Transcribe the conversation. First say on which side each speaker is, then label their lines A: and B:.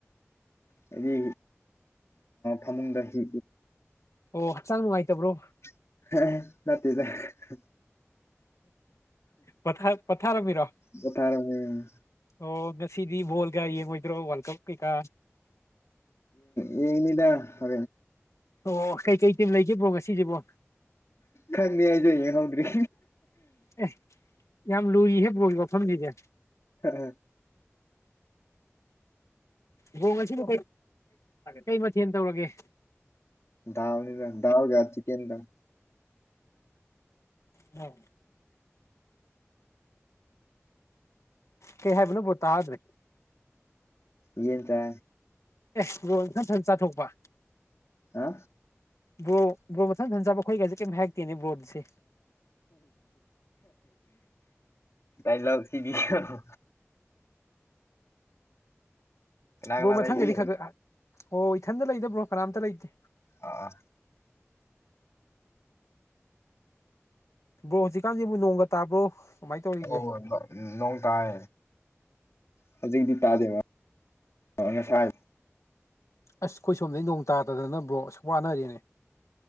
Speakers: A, on the left; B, on the left.
A: ꯍꯥꯏꯗꯤ ꯐꯃꯨꯡꯗ ꯍꯤ
B: ꯑꯣꯛꯆꯥꯡ ꯅꯨꯡꯉꯥꯏꯇꯕ꯭ꯔꯣ
A: ꯅꯖ
B: ꯄꯥ ꯄꯊꯥꯔꯝꯕꯤꯔꯣ
A: ꯄꯣꯊꯥꯔꯝꯃꯤꯅꯦ
B: ꯑꯣ ꯉꯁꯤꯗꯤ ꯕꯣꯜ ꯀ ꯌꯦꯡꯉꯣꯏꯗ꯭ꯔꯣ ꯋꯥꯔꯜ ꯀꯞ ꯀꯩꯀꯥ
A: ꯌꯦꯅꯤꯗꯥ ꯍ
B: ꯑꯣ ꯀꯩꯀꯩ ꯇꯤꯝ ꯂꯩꯒꯦꯕꯣ ꯉꯁꯤꯁꯤꯕꯣ
A: ꯈꯪꯉꯦ ꯍꯥꯏꯁꯨ ꯌꯦꯡ ꯍꯧꯧꯗ꯭ꯔꯤ
B: ꯑꯦ ꯌꯥꯝ ꯂꯨꯏ ꯍꯦ ꯂꯨꯒꯤ ꯋꯥꯐꯝꯅꯤꯗꯤ
A: ꯍꯝ
B: ꯕꯣꯡ ꯑꯁꯤꯕꯨ ꯀꯩ ꯃꯊꯦꯜ ꯇꯧꯔꯒꯦ
A: ꯗꯗꯥꯎꯅꯤ ꯗꯗꯥꯎꯒ ꯆꯤ ꯀꯦꯟꯗ
B: ꯎꯣꯏ ꯀꯩ ꯍꯥꯏꯦꯕꯅꯕꯨꯣ ꯇꯗ꯭ꯔꯦ
A: ꯌꯦꯟ ꯇ
B: ꯑꯦ ꯔꯣꯊꯟ ꯁꯟ ꯆꯥꯊꯣꯛꯄ
A: ꯍꯥ
B: ꯕ꯭ꯔꯣ ꯕ꯭ꯔꯣ ꯃꯊꯪꯊꯟꯖꯕ ꯑꯩꯈꯣꯏꯒꯁꯦ ꯀꯩꯝ ꯍꯥꯏꯔꯛꯇꯦꯅꯦ ꯕ꯭ꯔꯣꯗꯁꯦ
A: ꯗꯏꯂꯒ ꯁꯤꯗꯤ ꯀꯩꯅꯣ ꯀꯅꯥ
B: ꯕ꯭ꯔꯣ ꯃꯊꯪꯒꯗꯤ
A: ꯂꯩꯒꯦ
B: ꯈ ꯑꯣ ꯏꯊꯟꯗ ꯂꯩꯗꯕ꯭ꯔꯣ ꯀꯅꯥꯝꯇ ꯂꯩꯇꯦ
A: ꯑꯥ
B: ꯕ꯭ꯔꯣ ꯍꯧꯖꯤꯛꯀꯥꯟꯁꯤꯕꯨꯛ ꯅꯣꯡꯒ ꯇꯥꯕ꯭ꯔꯣ ꯀꯃꯥꯏꯅ ꯇꯧꯔꯤꯒꯦ
A: ꯑꯣ ꯍ ꯍ ꯅꯣꯡ ꯇꯥꯏ ꯍꯧꯖꯤꯛꯇꯤ ꯇꯥꯗꯦꯕ ꯉꯁꯥꯏ
B: ꯑꯁ ꯑꯩꯈꯣꯏ ꯁꯣꯝꯗꯩ ꯅꯣꯡ ꯇꯥꯗꯗꯅꯕ꯭ꯔꯣ ꯑꯁꯨ ꯋꯥꯅꯔꯦꯅꯦ